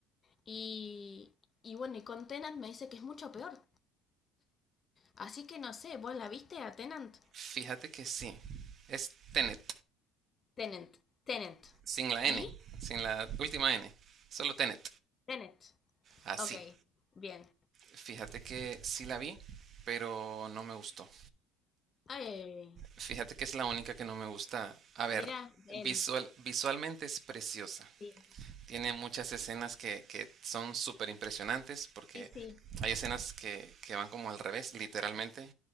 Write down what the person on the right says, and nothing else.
fíjate que sí. Es Tenet.
Sin la
N, sin la última N. Solo Tenet.
Así.
Fíjate que sí la vi, pero no me gustó.
Fíjate que es la única que no me gusta. A ver,
visual, visualmente es preciosa.
Tiene muchas escenas que, que son súper impresionantes porque
hay escenas que, que van como al revés, literalmente.